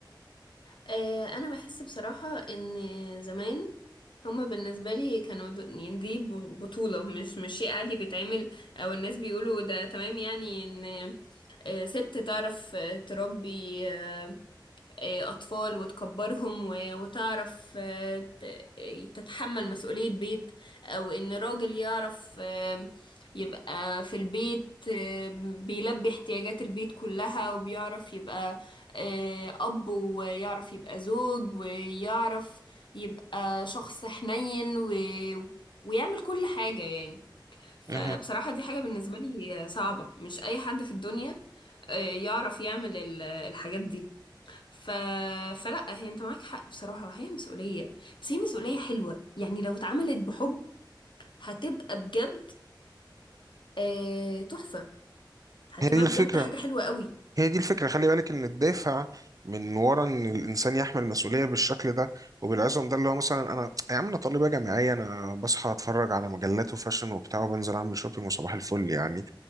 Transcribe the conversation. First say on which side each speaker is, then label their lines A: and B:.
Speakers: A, on the left; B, on the right.
A: آه انا بحس بصراحة ان زمان هما بالنسبة لي كانوا د- يعني دي ب- بطولة مش مش شيء عادي بيتعمل او الناس بيقولوا ده تمام يعني ان آه، ست تعرف آه، تربي آه، آه، أطفال وتكبرهم و- وتعرف آه، ت- آه، تتحمل مسؤولية بيت أو إن راجل يعرف آه، يبقى في البيت آه، بيلبي احتياجات البيت كلها وبيعرف يبقى آه، أب ويعرف يبقى زوج ويعرف يبقى شخص حنين و... ويعمل كل حاجة يعني فبصراحة
B: مهم.
A: دي حاجة بالنسبة لي صعبة مش أي حد في الدنيا آه، يعرف يعمل ال- الحاجات دي ف... فلا هي انت معاك حق بصراحة هي مسؤولية بس هي مسؤولية حلوة يعني لو اتعملت بحب هتبقى بجد آه... تحفة هتبقى
B: هي دي الفكرة
A: بجد حاجة حلوة قوي
B: هي دي الفكرة خلي بالك إن الدافع من ورا إن الإنسان يحمل مسؤولية بالشكل ده وبالعزم ده اللي هو مثلا أنا يا عم أنا طالبة جامعية أنا بصحى أتفرج على مجلات وفاشن وبتاع وبنزل أعمل شوبينج وصباح الفل يعني